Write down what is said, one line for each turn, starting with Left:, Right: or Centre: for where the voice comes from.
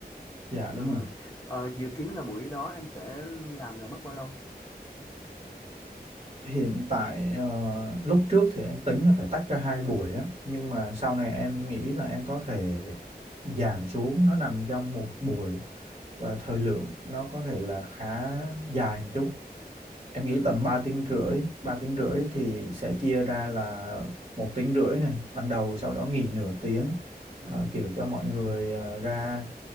Right: dạ
Left: Ừ.
Right: đúng rồi
Left: Ờ, dự kiến là buổi đó em sẽ làm là mất bao lâu?
Right: hiện tại ờ, lúc trước thì em tính là phải tách ra hai buổi á nhưng mà sau này em nghĩ là em có thể giảm xuống nó nằm trong một buổi và thời lượng nó có thể là khá dài một chút em nghĩ
Left: Ừ.
Right: tầm ba tiếng rưỡi 3 tiếng rưỡi thì sẽ chia ra là một tiếng rưỡi này ban đầu sau đó nghỉ nửa tiếng
Left: Ừ.
Right: Ờ, kiểu cho mọi người ờ, ra